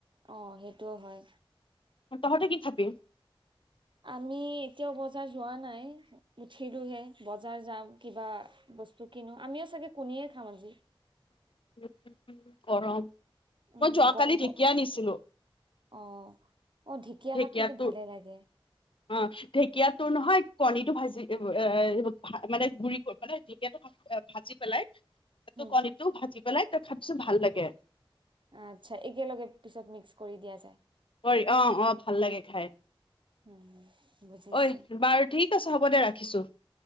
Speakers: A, on the right (about 60°); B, on the left (about 65°).
A: অ', সেইটোও হয়।
B: তহতে কি খাবি?
A: আমি এতিয়াও বজাৰ যোৱা নাই উঠিলোহে বজাৰ যাম কিবা বস্তু কিনো আমিও চাগে কুনিয়ে খাম আজি।
B: <inaudible> গৰম
A: উম
B: মই যোৱাকালি
A: গ
B: ঢেকীয়া
A: গ
B: আনিছিলো
A: অ অ ঢেকীয়া
B: ঢেকীয়াতো
A: শাক কিন্তু ভালে লাগে
B: অ', ঢেকীয়াত তোৰ নহয় কণীটো ভাজি এ এ ভা মানে গুৰি ক মানে ঢেঁকিয়াটো ভাজি পেলাই তাতো
A: উম
B: কণীটো ভাজি পেলাই তই খাবিছোন ভাল লাগে।
A: আচ্ছা, একেলগে পিছত মিক্স কৰি দিয়া যায়।
B: কৰি অ', অ', ভাল লাগে খাই।
A: উম বুজিছো,
B: ঐ বাৰু ঠিক আছে হ'ব দে ৰাখিছো